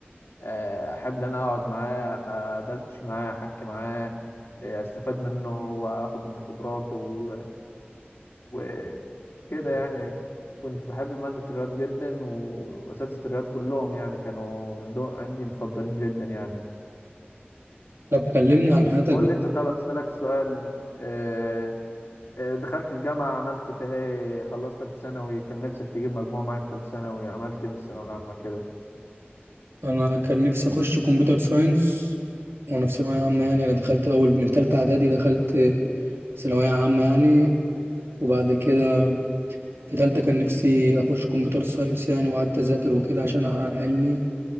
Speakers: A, on the left; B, on the right.
A: آه، أحب إن أنا أقعد معاه أدردش معاه أحكي معاه آه، أستفاد منه وأخد من خبراته وكده يعني كنت بحب مادة الرياض جدا وأساتذة الرياض كلهم يعني كانوا عندهم عندي مفضلين جدا يعني
B: طب كلمني عن حياتك
A: قول لي أنت طب أسألك سؤال آه، آه، دخلت الجامعة عملت فيها إيه؟ خلصت تالتة ثانوي كان نفسك تجيب مجموعة معاك في تالتة ثانوي عملت إيه في الثانوية العامة كده
B: انا كان نفسي اخش كمبيوتر ساينس وانا في ثانويه عامه يعني انا دخلت الاول من ثالثه اعدادي دخلت ثانويه عامه يعني وبعد كده في ثالثه كان نفسي اخش كمبيوتر ساينس يعني وقعدت اذاكر وكده عشان احقق علمي